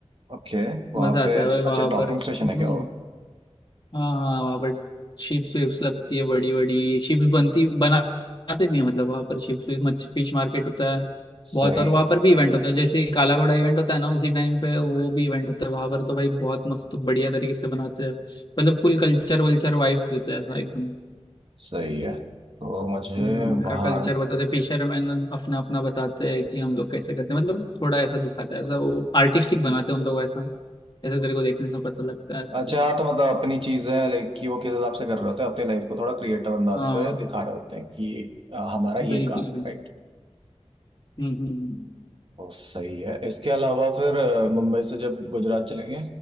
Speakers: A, on the right (about 50°); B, on the left (about 40°).
A: ओके वहाँ
B: मजा आता
A: पे
B: है भाई वहां
A: अच्छा
B: पर
A: डॉकिंग स्टेशन
B: हम्म
A: है क्या वो
B: हाँ हाँ हाँ, वहाँ पर शिप्स विप्स लगती है बड़ी बड़ी शिप्स बनती बनाते भी है मतलब वहाँ पर शिप्स मच फिश मार्केट होता है
A: सही
B: बहुत और वहाँ पर भी इवेंट होता है जैसे काला घोड़ा इवेंट होता है ना उसी टाइम पे वो भी इवेंट होता है वहाँ पर तो भाई बहुत मस्त बढ़िया तरीके से बनाते हैं मतलब फुल कल्चर वल्चर वाइफ देते हैं ऐसा एकदम
A: सही है तो मुझे
B: हम्म,
A: वहाँ
B: उनका कल्चर बताते हैं फिशरमैन अपना अपना बताते हैं कि हम लोग कैसे करते हैं मतलब थोड़ा ऐसा दिखाता है ऐसा वो आर्टिस्टिक बनाते हैं उन लोग ऐसा ऐसा तेरे को देखने से पता लगता है ऐसा
A: अच्छा
B: सब
A: हाँ तो मतलब अपनी चीजें लाइक कि वो किस हिसाब से कर रहे होते हैं अपनी लाइफ को थोड़ा क्रिएटिव अंदाज
B: हाँ
A: पे दिखा रहे होते हैं कि अ, हमारा ये
B: बिल्कुल
A: काम है
B: बिल्कुल
A: राइट
B: हम्म हम्म हम्म।
A: बहुत सही है इसके अलावा फिर अ, मुंबई से जब गुजरात चलेंगे